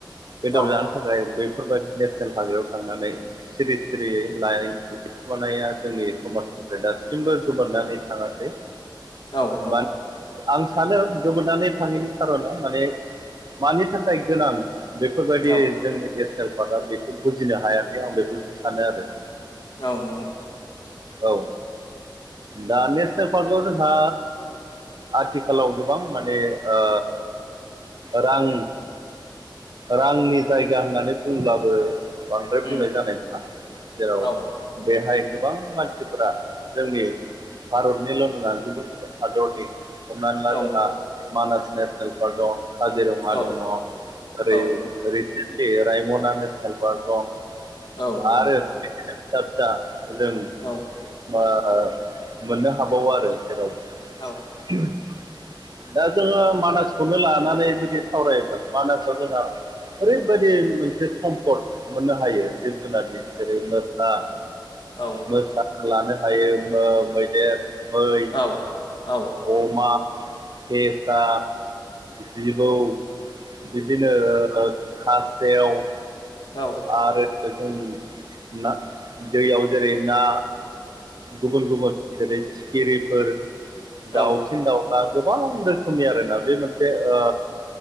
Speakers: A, on the right; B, on the left.
A: बेदर
B: औ
A: जान थाखाय बेफोरबायदि नेसनेल <unintelligible> थांनानै सिरि सिरियै <unintelligible> नाया जोंनि समाजनिफ्राय दासिमबो गोमोरनानै थाङासै
B: औ औ
A: बान आं सानो गोमोनायनै थाङैनि खारना माने मानि थाखाय गोनां बेफोरबायदि
B: औ
A: जोंनि नेसनेल पार्कआ बेखौ बुजिनो हायाखै आं बेखौसो सानो आरो
B: औ <unintelligible>
A: औ दा नेसनेल पार्कआव जोंहा आथिखालाव गोबां माने ओ रां रांनि जायगा होननानै बुंब्लाबो बांद्राय
B: उम
A: बुंनाय जानाय नङा जेराव
B: औ
A: बेहाय गोबां मानसिफोरा जोंनि भारतनिल' नङा गुबुन गुबुन हादरनि हमनानै ला
B: औ
A: जोंहा मानास नेसनेल पार्क दं काजिरङा
B: औ
A: दङ ओरै
B: औ
A: रिसेनलि रायमना नेसनेल पार्क दं
B: औ नंगौ
A: आरो <unintelligible> जों
B: औ
A: मो मोननो हाबावो आरो जेराव
B: औ
A: <unintelligible> दा जोङो मानासखौनो लानानै जुदि सावरायोब्ला मानासआ जोंहा ओरैबायदि मोनसे सम्पद मोननो हायो जिब जुनारनि जेरै मोसा
B: औ
A: मोसा लानो हायो मो मैदेर मै
B: आव आव
A: अमा फेसा जिबौ बिदि नो ओ खासेव
B: औ
A: आरो जों ना दैयाव जेरै ना गुबुन गुबुन जेरै सिखिरिफोर
B: औ
A: दाउसिन दाउ आ गोबां रोखोमनि आरोना बे मोनसे ओ